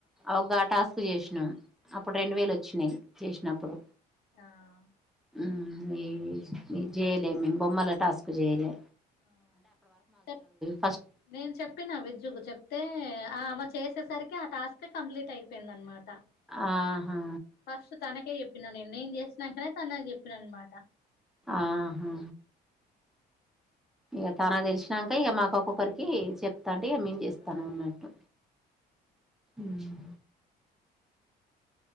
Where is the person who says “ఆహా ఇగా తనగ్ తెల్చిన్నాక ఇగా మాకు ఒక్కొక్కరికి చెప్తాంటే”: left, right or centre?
Centre